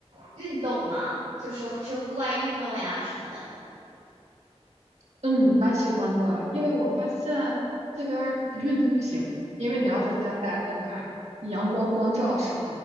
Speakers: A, on the right; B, on the right.
A: 运动吗？就是去户外运动呀什么的。
B: 嗯，蛮喜欢的，因为我发现这边儿运动不行，因为你要在家待着的话，你阳光光照少，